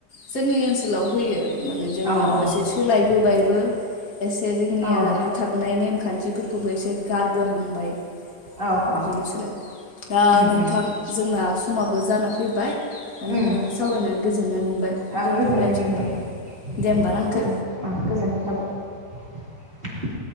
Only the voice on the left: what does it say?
जोंनि ओनसोलाव होयो माने जोंनियाव
एसे सोलायबोबायबो एसे जोंनिया
हाथारनाय नेमखान्थिफोरखौबो एसे गारबोहांबाय
बिदिनो सोलायबाय दा
नोंथां
जोंना समाबो जाना फैबाय दा
नोंथांजों सावरायनानै गोजोननाय मोनबाय
दोनथ'लायनोसै
होमबा दे होमबा ना नोंथां